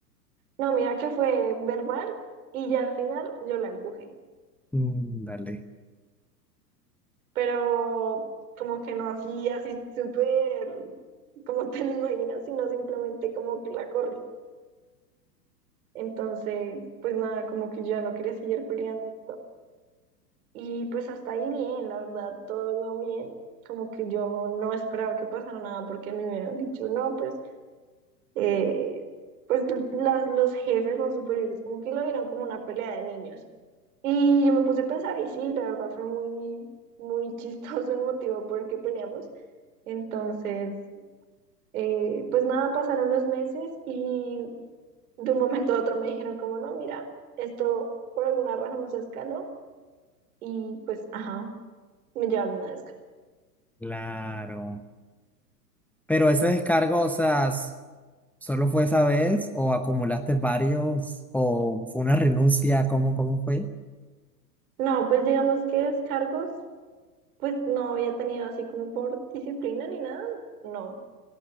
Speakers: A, on the right; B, in the centre.
A: no, mira que fue verbal y ya al final yo la empujé,
B: Mm, dale.
A: pero como que no así, así súper, como te lo imaginas, sino simplemente como que la corrí. Entonces, pues nada, como que yo ya no quería seguir peleando y pues hasta ahí bien, la verdad, todo iba bien. Como que yo no esperaba que pasara nada porque a mí me hubieran dicho, no, pues eh, pues las, los jefes, los superiores, como que lo vieron como una pelea de niños. Y yo me puse a pensar, y sí, la verdad fue muy, muy <laughs> chistoso el motivo por el que peleamos. Entonces, eh, pues nada, pasaron los meses y de un momento a otro me dijeron como, no, mira, esto por alguna razón se escaló y pues, ajá, me llevaron una descarga.
B: Claro. Pero ese descargo, o sea, s- ¿solo fue esa vez o acumulaste varios o fue una renuncia? ¿Cómo, cómo fue?
A: No, pues digamos que descargos, pues no había tenido así como por disciplina ni nada, no.